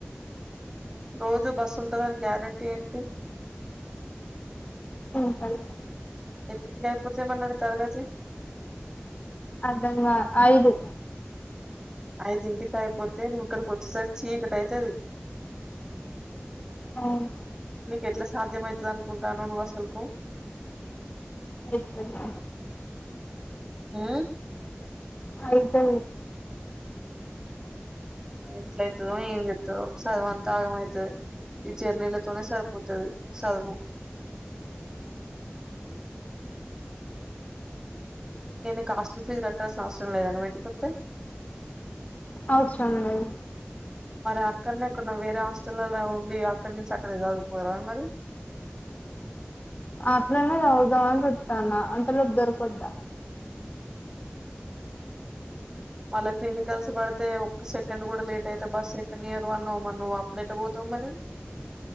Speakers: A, on the right; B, on the left.
A: రోజు బస్సు ఉంటదని గ్యారంటీ ఏంటి.
B: ఉ సరే.
A: ఎన్నింటికి అయిపోతది మళ్ల ని తరగతి.
B: అదంగా ఐదు
A: ఐదింటికి అయిపోతే నువ్వు ఇక్కడికి వచ్చేసారికి చీకటి అయితది
B: అవును
A: నీకు ఎట్లా సాధ్యమైతది అనుకుంటనావు నువ్వు అసలుకు
B: అయితది
A: ఉమ్మ్
B: అయితది
A: ఎట్ల అయితదో ఏంచేతదో సదువు అంత ఆగం అయితది ఈ జర్నీళ్లతోనే సరిపోతది సదువు ఎ నీకు హాస్టల్ ఫీజ్ కట్టాల్సిన అవసరం లేదా నువ్వు ఇంటికి అత్తే
B: అవసరం లేదు
A: మరి అక్కడనే ఎక్కడనో వేరే హాస్టల్లో ఉండి అక్కడి నుంచి అక్కడ చదువుపోరాదు మరి
B: అట్లనే చదువుదాం అని చూతన్న అంతలోపు దొరుకొద్ద
A: మళ్ళా క్లినికల్స్ పడితో ఒక్క సెకండ్ కూడా లేట్ అయితే బస్ ఎక్కనియ్యరు అన్నావ్ మరి నువ్వు అప్పుడు ఎట్ట పోతావు మరి